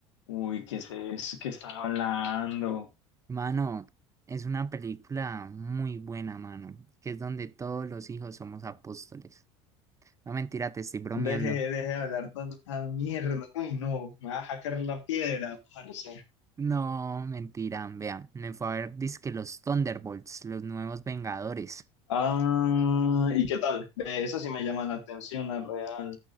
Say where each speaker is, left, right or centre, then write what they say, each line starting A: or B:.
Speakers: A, on the left (about 80°); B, on the right (about 20°).
A: Uy, ¿qué es eso? ¿Qué están hablando?
B: Mano, es una película muy buena, mano, que es donde todos los hijos somos apóstoles. No, mentira, te estoy bromeando.
A: Deje, deje de hablar tanta mierda. Uy, no, me va a sacar la piedra, parce.
B: No, mentira, vea, me fue a ver Disque los Thunderbolts, los nuevos Vengadores.
A: Ah, ¿y qué tal? De eso sí me llama la atención, la real.